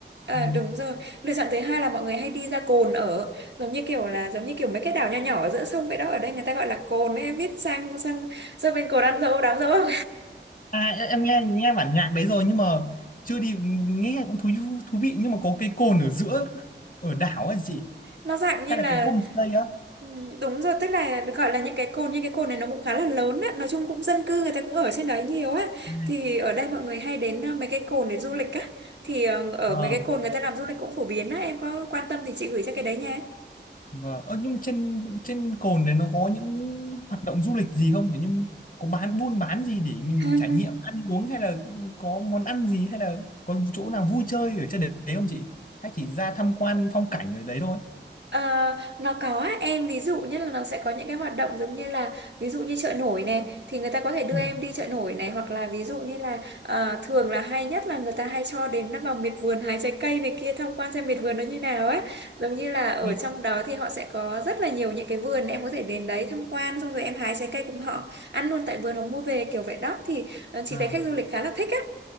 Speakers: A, on the right; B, on the left.
A: à,
B: ừ.
A: đúng rồi lựa chọn thứ hai là mọi người hay đi ra cồn ở giống như kiểu là giống như kiểu mấy cái đảo nho nhỏ ở giữa sông vậy đó ở đây người ta gọi là cồn ấy em biết sang sang sang bên cồn ăn dâu đám dâu
B: À, em em nghe nghe bản nhạc đấy rồi nhưng mà chưa đi nghe cũng thú thú vị nhưng mà có cái cồn ở giữa ở đảo ấy chị
A: nó dạng như
B: hay
A: là
B: là cái homestay á
A: ừ, đúng rồi tức là gọi là những cái cồn nhưng cái cồn này nó cũng khá là lớn á nói chung cũng dân cư người ta cũng ở trên đấy nhiều á
B: à,
A: thì ở đây mọi người hay đến à, mấy cái cồn để du lịch á thì ờ, ở
B: à,
A: mấy cái cồn người ta làm du lịch cũng phổ biến á em có quan tâm thì chị gửi cho cái đấy nha
B: vâng Ơ, nhưng mà trên trên cồn đấy nó có những hoạt động du lịch gì không Kiểu nhưng có bán buôn bán gì để mình
A: <laughs>
B: trải nghiệm ăn uống hay là có món ăn gì hay là có chỗ nào vui chơi ở trên đấy không chị hay chỉ ra tham quan phong cảnh ở đấy thôi
A: Ờ, nó có á, em ví dụ như là nó sẽ có những cái hoạt động giống như là ví dụ như chợ nổi này thì người ta có thể đưa
B: Ừ.
A: em đi chợ nổi này hoặc là ví dụ như là ờ, thường là hay nhất là người ta hay cho đến nó vào miệt vườn hái trái cây này kia tham quan xem miệt vườn nó như nào ấy giống như là ở
B: Ừ.
A: trong đó thì họ sẽ có rất là nhiều những cái vườn em có thể đến đấy tham quan xong rồi em hái trái cây cùng họ ăn luôn tại vườn hoặc mua về kiểu vậy đó thì ờ, chị
B: à
A: thấy khách du lịch khá là thích á